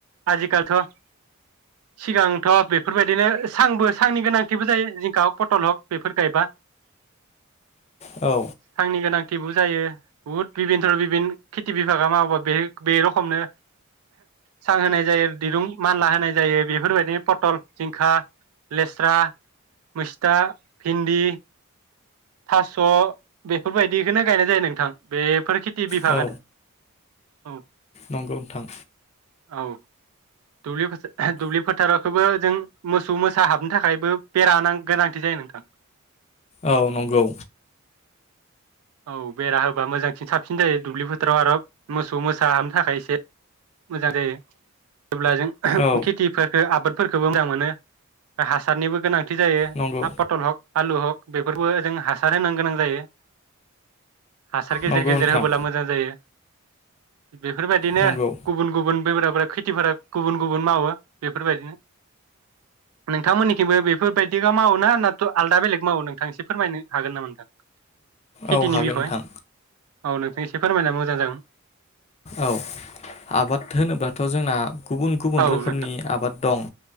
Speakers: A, on the right; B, on the left.
A: आजिखालिथ' सिगांथ' बेफोरबायदिनो सांबो सांनि गोनांथिबो जायो जिंखा हक पटल हक बेफोर गायबा
B: औ
A: थांनि गोनां थिबो जायो बुहुत बिबिनथर' बिभिन खिथि बिभागा मावोबा बे बे रखमनो सां होनाय जायो दिरुं मानला होनाय जायो बेफोरबायदिनो पटल जिंखा लेस्रा मैस्था भिन्दि थास' बेफोरबायदिखौनो गायनाय जायो नोंथां बेफोर टि बि फागोन
B: औ
A: औ
B: नंगौ नोंथां
A: औ दुब्लि दुब्लि फोथारावखौबो जों मोसौ मोसा हाबनो थाखायबो बेरा गोनांथि जायो नोंथां
B: औ नंगौ
A: औ बेरा होबा मोजांसिन साबसिन जायो दुब्लिफो <unintelligible> ' आरो मोसौ मोसा हाबनो थाखाय एसे मोजां दे जेब्ला जों
B: औ
A: खेथिफोरखौ आबाद फोरखौबो मोजां मोनो हासारनिबो गोनांथि थि जायो
B: नंगौ
A: हा पटल हक आलु हक बेफोरबो जों हासार होनो गोनां जायो हासार गेजेर
B: नंगौ
A: गेजेर
B: नोंथां
A: होबोला मोजां जायो बेफोरबायदिनो
B: नंगौ
A: गुबुन बैगाफोरा खेथिफोरा गुबुन गुबुन मावो बेफोरबायदिनो नोंथांमोननिखिबो बेफोरबायदिख माव ना नाथ आलदा बेलेग मावो नोंथां एसे फोरमायनो हागोन नामा नोंथां खेथिनि
B: औ हागोन
A: बिफय
B: नोंथां
A: औ नोंथां एसे फोरमायनानै मोजां जागोन
B: औ आबाद होनोब्लाथ जोंना गुबुन गुबुन
A: औ
B: रोखोमनि
A: नोंथां
B: आबाद दं